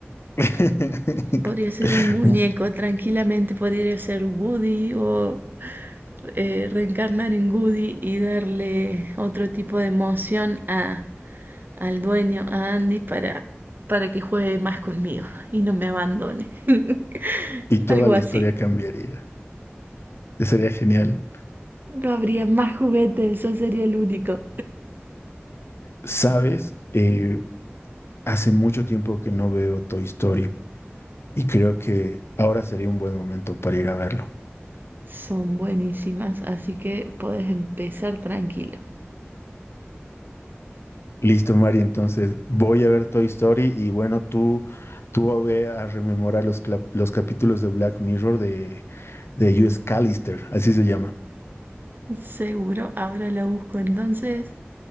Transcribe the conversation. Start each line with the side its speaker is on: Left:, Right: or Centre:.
Left: <laughs>
Right: Podría ser un muñeco, tranquilamente podría ser Woody o eh, reencarnar en Woody y darle otro tipo de emoción a, al dueño, a Andy, para, para que juegue más conmigo y no me abandone. <laughs>
Left: Y toda
Right: Algo
Left: la
Right: así.
Left: historia cambiaría. Sería genial.
Right: No habría más juguetes, eso sería el único.
Left: ¿Sabes? Eh, hace mucho tiempo que no veo Toy Story. y creo que ahora sería un buen momento para ir a verlo.
Right: Son buenísimas, así que puedes empezar tranquilo.
Left: Listo, Mari, entonces voy a ver Toy Story y bueno, tú, tú ve a rememorar los, cla- los capítulos de Black Mirror de, de US Callister, así se llama.
Right: Seguro, ahora la busco entonces.